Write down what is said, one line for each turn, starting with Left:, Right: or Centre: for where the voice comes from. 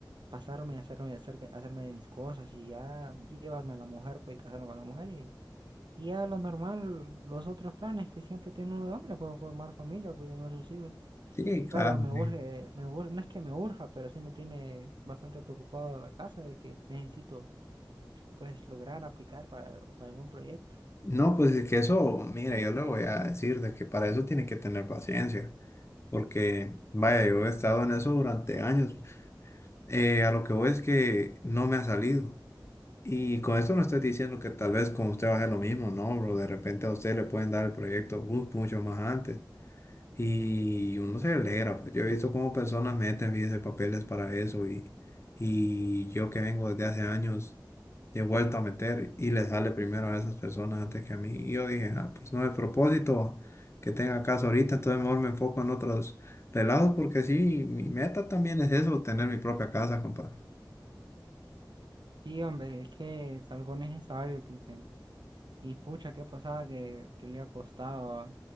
Right: pasarme y hacerme, hacer de- hacerme de mis cosas y ya llevarme a la mujer, pues, y casarme con la mujer y, y ya lo normal, los otros planes que siempre tiene uno de hombre, pues, formar familia, cuidar a sus hijos.
Left: Sí, claro,
Right: Pero me
Left: sí.
Right: urge, me urge, no es que me urja, pero sí me tiene bastante preocupado la casa de que necesito pues lograr aplicar para, para algún proyecto.
Left: No, pues es que eso, mira, yo le voy a decir de que para eso tiene que tener paciencia, porque vaya, yo he estado en eso durante años. Eh, a lo que voy es que no me ha salido. Y con esto no estoy diciendo que tal vez con usted va a ser lo mismo, no, bro. De repente a usted le pueden dar el proyecto uh, mucho más antes. Y uno se alegra, pues yo he visto cómo personas meten vidas de papeles para eso y, y yo que vengo desde hace años he vuelto a meter y le sale primero a esas personas antes que a mí. Y yo dije, ah, pues no es propósito que tenga caso ahorita, entonces mejor me enfoco en otros relados porque sí, mi meta también es eso, tener mi propia casa, compadre.
Right: Sí, hombre, es que es algo necesario, Cristian. Y pucha, qué pasada que, que le ha costado. ah.